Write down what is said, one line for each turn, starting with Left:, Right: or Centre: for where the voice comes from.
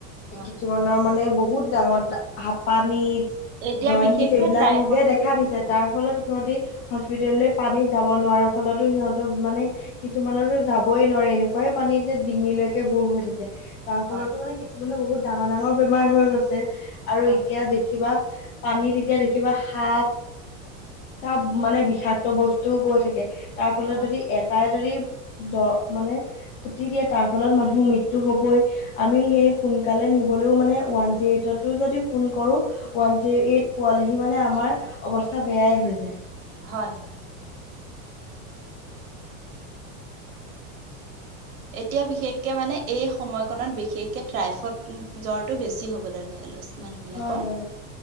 Right: হয়
Left: কিছুমানৰ
Right: হয়
Left: মানে বহুত ডাঙৰ হাপানিছ
Right: এতিয়া
Left: জনদিছ
Right: বিশেষকে
Left: এইবিলাক
Right: ট্ৰাইফডটো
Left: ৰোগে দেখা
Right: বেছি
Left: দিছে
Right: ওলায়।
Left: তাৰ ফলত সিহঁতি হস্পিতেললৈ পানী যাব নোৱাৰাৰ ফলতো সিহঁতৰ মানে কিছুমানতো যাবই নোৱাৰে এনেকুৱাই পানীতে ডিঙিলৈকে বুৰ হৈ থাকে তাৰ
Right: হয়
Left: ফলতো মানে কিছুমানে বহুত ডাঙৰ ডাঙৰ বেমাৰ হৈ গৈছে আৰু
Right: হয়।
Left: এতিয়া দেখিবা পানীত এতিয়া দেখিবা সাপ চাপ মানে বিষাক্ত বস্তুও গৈ থাকে তাৰ ফলত
Right: হয়
Left: যদি এটাই যদি দ মানে খুটি দিয়ে তাৰ ফলত মানুহৰ মৃত্যু হবই আমি সেই সোনকালে নি নিবলেও মানে ওৱান জেৰ এইট ফোন কৰোঁ ওৱান জিৰ এইট পোৱালেহি সি মানে আমাৰ অৱস্থা বেয়াই হৈ যায়
Right: হয় হয় এতিয়া বিশেষকে মানে এই সময়কনত বিশেষকে ট্ৰাইফট জ্বৰটো বেছি হ'বলৈ মানুহ বিলাকৰ
Left: হয় হয়